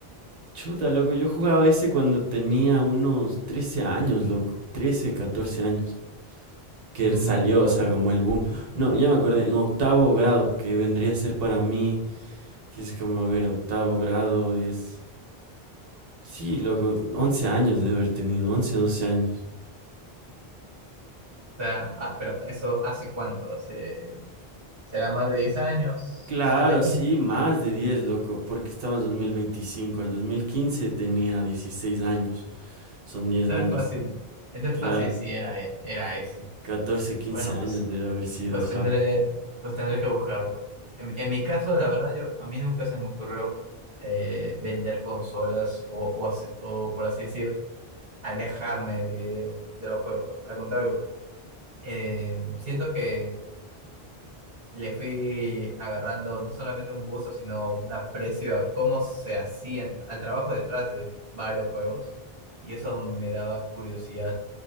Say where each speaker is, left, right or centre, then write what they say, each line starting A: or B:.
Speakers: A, on the right; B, on the right.
A: Chuta, loco, yo jugaba ese cuando tenía unos 13 años, loco, 13 14 años, que
B: Mm,
A: salió,
B: mm.
A: o sea, como el boom. No, ya me acordé, en octavo grado, que vendría a ser para mí, que es como, a ver, octavo grado es... Sí, loco, 11 años de haber tenido, 11, 12 años.
B: O sea, ah, pero eso hace cuánto? Hace, será más de 10 años,
A: Claro,
B: más de quince
A: sí, más de 10, loco, porque estamos en 2025. Al 2015 tenía 16 años. Son 10
B: Entonces
A: años.
B: fácil, entonces
A: Claro,
B: fácil si era, e- era ese.
A: 14, 15
B: Bueno,
A: años
B: pues,
A: debe haber sido,
B: pues
A: ajá.
B: tendré, pues tendré que buscarlo. En, en mi caso, la verdad, yo, a mí nunca se me ocurrió eh, vender consolas o, o, así- o, por así decir, alejarme de, de los juegos. Al contrario, eh, siento que le fui agarrando no solamente un gusto, sino un aprecio a cómo se hacían, al trabajo detrás de varios juegos. Y eso me daba curiosidad